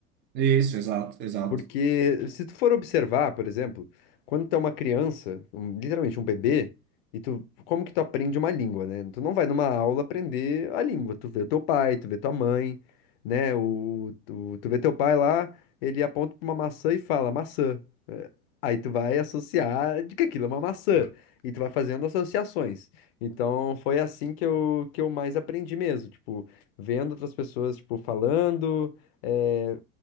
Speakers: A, on the right; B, on the left.
A: Isso, exato, exato.
B: Porque se tu for observar, por exemplo, quando tu é uma criança, um- literalmente um bebê, e tu, como que tu aprende uma língua, né? Tu não vai numa aula aprender a língua, tu vê o teu pai, tu vê tua mãe, né? O, tu, tu vê teu pai lá, ele aponta pra uma maçã e fala maçã. É, Aí tu vai associar de que aquilo é uma maçã, e tu vai fazendo associações. Então foi assim que eu, que eu mais aprendi mesmo, tipo, vendo outras pessoas, tipo, falando. é,